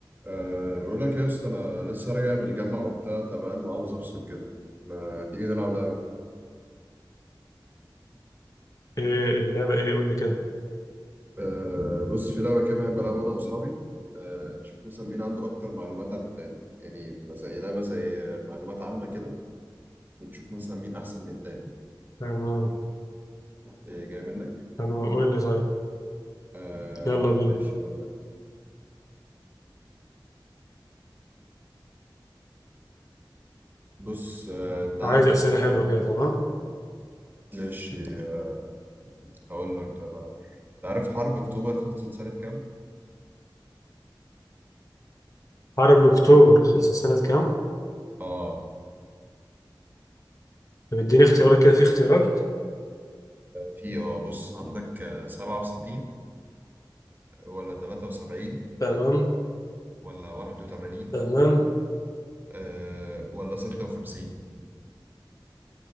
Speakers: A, on the right; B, on the left.
A: أه بقول لك يا اسطى انا لسه راجع من الجامعه وبتاع تعبان وعاوز افصل كده ما تيجي نلعب لعبه
B: ايه اللعبة ايه قول لي كده
A: أه بص في لعبه كده بحب العبها انا واصحابي أه نشوف مثلا مين عنده اكتر معلومات عن التاني يعني بتبقى زي لعبه زي آه، معلومات عامه كده ونشوف مثلا مين احسن من التاني
B: تمام
A: أه جاي منك
B: تمام قول لي طيب
A: أه
B: يلا بينا
A: ماشي هقول لك بص أه انت عارف
B: عايز أسئلة
A: أه
B: حلوة كده تمام
A: ماشي أه هقول لك طيب أنا. انت عارف حرب اكتوبر خلصت سنه كام
B: حرب أكتوبر خلصت سنة كام؟
A: اه
B: طب اديني اختيارات كده في اختيارات
A: في اه بص عندك آه، 67 ولا 73
B: تمام
A: ولا 81
B: تمام
A: أه ولا 56